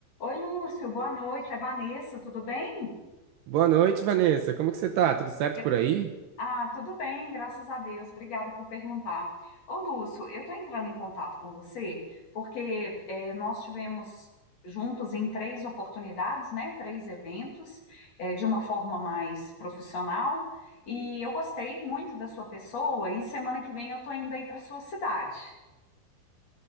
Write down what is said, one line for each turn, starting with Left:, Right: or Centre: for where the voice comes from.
Left: Oi, Lúcio, boa noite. É Vanessa, tudo bem?
Right: Boa noite, Vanessa. Como que você tá? Tudo certo
Left: Eu-
Right: por aí?
Left: Ah, tudo bem, graças a Deus. Obrigada por perguntar. Ô, Lúcio, eu estou entrando em contato com você porque eh, nós tivemos juntos em três oportunidades, né? Três eventos, eh, de uma forma mais profissional. E eu gostei muito da sua pessoa. E semana que vem eu estou indo aí para sua cidade.